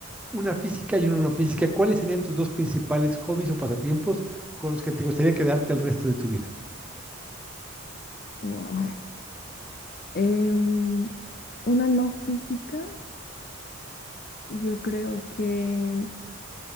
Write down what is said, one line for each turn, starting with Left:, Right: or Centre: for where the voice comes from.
Centre: una física y una no física, ¿cuáles serían tus dos principales hobbies o pasatiempos con los que te gustaría quedarte el resto de tu vida?
Left: Wow. Em, una no física, yo creo que